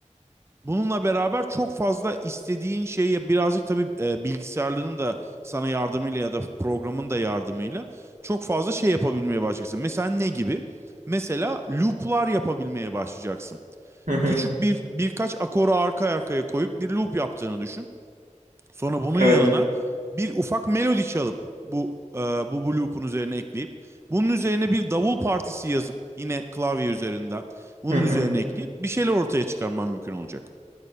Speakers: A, on the right; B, on the right.
A: Bununla beraber çok fazla istediğin şeyi birazcık tabii e, bilgisayarların da sana yardımıyla ya da programın da yardımıyla çok fazla şey yapabilmeye başlayacaksın. Mesela ne gibi? Mesela loop'lar yapabilmeye başlayacaksın.
B: Hı hı.
A: Küçük bir birkaç akoru arka arkaya koyup bir loop yaptığını düşün. Sonra bunun
B: Evet.
A: yanına bir ufak melodi çalıp bu e, bu bu loop'un üzerine ekleyip bunun üzerine bir davul partisi yazıp yine klavye üzerinden bunun
B: Hı hı.
A: üzerine ekleyip bir şeyler ortaya çıkarmam mümkün olacak.